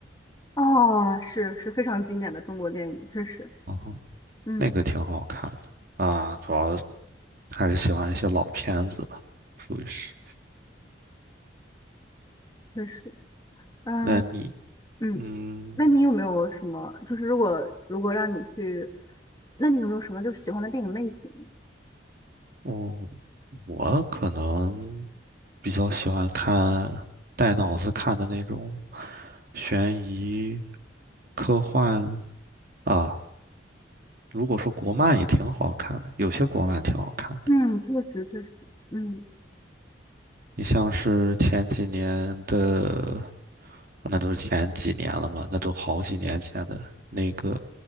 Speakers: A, on the left; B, on the right.
A: 哦，是是非常经典的中国电影，确实，
B: 嗯哼
A: 嗯，
B: 那个挺好看的啊，主要还是喜欢一些老片子吧，属于是。
A: 确实，嗯
B: 那你，
A: 嗯，
B: 嗯。
A: 那你有没有什么，就是如果如果让你去，那你有没有什么就喜欢的电影类型？
B: 哦，我可能比较喜欢看带脑子看的那种悬疑、科幻啊。如果说国漫也挺好看的，有些国漫挺好看的。
A: 嗯，确实确实，嗯
B: 你像是前几年的，那都是前几年了嘛，那都好几年前的那个